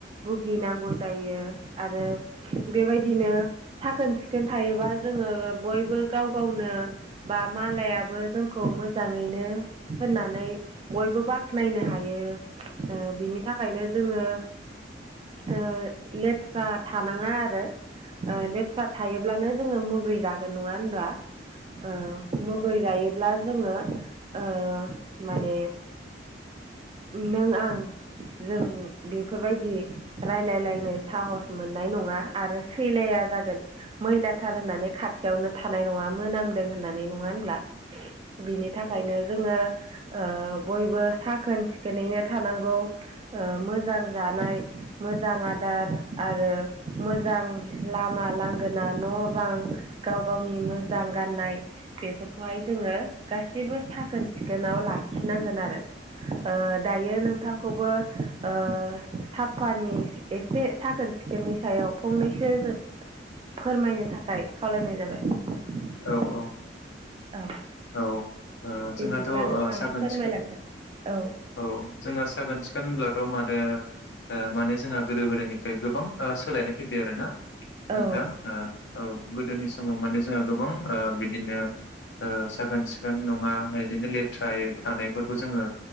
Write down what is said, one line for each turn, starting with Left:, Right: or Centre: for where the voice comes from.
Right: भुगिनांगौ जायो आरो बेबायदिनो साखोन सिखोन थायोबा जोङो बयबो गाव गावनो बा मालायाबो जोंखौ मोजाङैनो होननानै बयबो बाख्नायनो हायो। ओ बिनि थाखायनो जोङो ओ लेथ्रा थानाङा आरो ओ लेथ्रा थायोब्लानो जोङो मुगै जागोन नङा होनब्ला? ओ मुगै जायोब्ला जोङो ओ माने नों आं
Left: <inaudible> <unintelligible>
Right: जों बेफोरबायदि रायलायलायनो साहस मोननाय नङा आरो सैलाया जागोन मैलाथार होननानै खाथियावनो थानाय नङा मोनामदों होननानै नङा होनब्ला बिनि थाखायनो जोङो ओ बयबो साखोन सिखोनैनो थानांगौ। ओ मोजां जानाय मोजां आदार आरो मोजां लामा मा लांगोना न' बां गाव गावनि मोजां गाननाय बेफोरखौहाय जोङो गासैबो साखोन सिखोनाव लाखिनांगोन आरो ओ दायो नोंथांखौबो ओ साफानि एसे साखोन सिखोननि सायाव फं नैसो फोरमायनो थाखाय खावलायनाय जाबाय।
Left: औ औ
Right: औ
Left: ओ जोंहाथ'
Right: बिब्दिब्ला
Left: ओ
Right: नोंथाङा
Left: साखोन
Right: फोरमायलांगोन
Left: सिखोन
Right: औ।
Left: जोंहा साखोन सिखोन होनब्लाथ' मादो ओ माने जोंहा गोदो गोदायनिफ्राय गोबां ओ सोलायनाय फैबाय आरो ना नोंथां
Right: औ
Left: ओ औ गोदोनि समाव माने जोंहा गोबां ओ बिदिनो ओ साखोन सिखोन नङा बिदिनो लेथ्रायै थानायफोरखौ जोङो